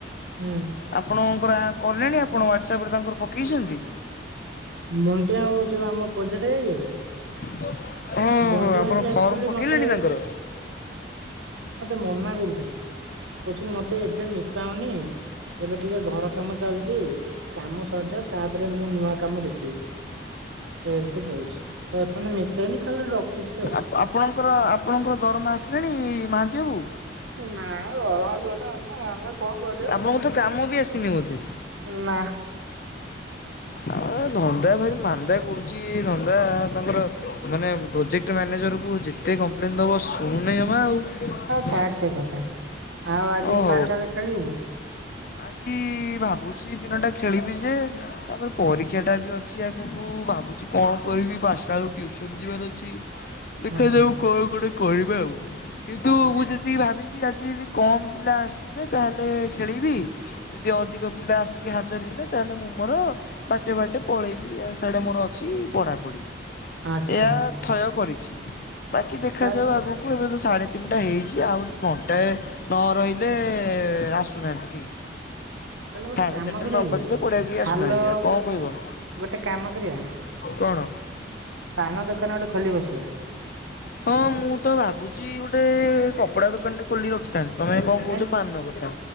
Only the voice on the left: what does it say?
ଆପଣଙ୍କର କଲେଣି ଆପଣ ହ୍ୱାଟ୍ସଅପ ରେ ତାଙ୍କର ପକେଇଛନ୍ତି।
<inaudible>
ଆପଣ
ଫର୍ମ ପକେଇଲେଣି
ତାଙ୍କର?
ଆପ ଆପଣଙ୍କର ଆପଣଙ୍କର ଦରମା ଆସିଲାଣି ମହାନ୍ତି ବାବୁ।
ଆପଣଙ୍କର ତ କାମ ବି ଆସିନି ବୋଧେ।
ଆ ଧନ୍ଦା ଭାରି ମାନ୍ଦା କରୁଛି ଧନ୍ଦା ତାଙ୍କର ମାନେ ପ୍ରୋଜେକ୍ଟ ମ୍ୟାନେଜର କୁ ଯେତେ କମ୍ପ୍ଲେନ ଦବ ଶୁଣୁନାହିଁ ଜମା ଆଉ।
ଓ ହଉ।
ଆଜି ଭାବୁଛି ଦିନଟା ଖେଳିବି ଯେ ତାପରେ ପରୀକ୍ଷାଟା ବି ଅଛି ଆଗକୁ ଭାବ ଭାବୁଛି କଣ କରିବି ପାଞ୍ଚଟା ବେଳକୁ ଟିଉସନ ଯିବାର ଅଛି ଦେଖାଯାଉ
କଣ ଗୋଟେ କରିବେ ଆଉ କିନ୍ତୁ ମୁଁ ଯେତିକି ଭାବିଛି ଆଜି ଯଦି କମ ପିଲା ଆସିବେ ତାହେଲେ ଖେଳିବି ଯଦି ଅଧିକ ପିଲା ଆସିକି ହାଜର ହେଲେ ତାହେଲେ ମୁଁ ମୋର ବାଟେ ବାଟେ ପଳେଇବି ସେଆଡେ ମୋର ଅ ଛି ପଢାପଢି
ଏହା ଥୟ କରିଛି। ବାକି ଦେଖାଯାଉ
ଆଗକୁ ଏବେ ତ ସାଢ଼େ ତିନିଟା ହେଇଛି ଆହୁରି ଘଣ୍ଟାଏ ନ ରହିଲେ ଆସୁନାହାନ୍ତି କେହି।
ସାଢେ
ଚାରିଟା
ନ
ବାଜିଲେ ପଡିଆକୁ କେହି ଆସୁନାହାନ୍ତି
ଆଉ କଣ କହିବ
କଣ?
ହଁ ମୁଁ ତ ଭାବୁଛି ଗୋଟେ କପଡା ଦୋକାନ ଟେ ଖୋଲିକି ରଖି ଥାନ୍ତି ତମେ କଣ କହୁଛ
ପାନ କଥା